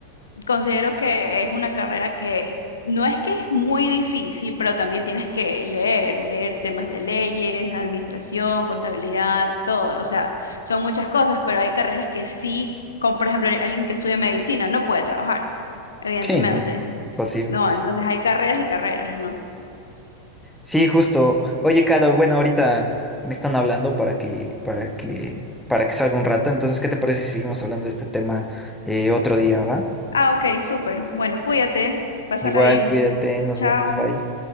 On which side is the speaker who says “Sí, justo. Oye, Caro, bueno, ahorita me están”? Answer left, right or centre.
Centre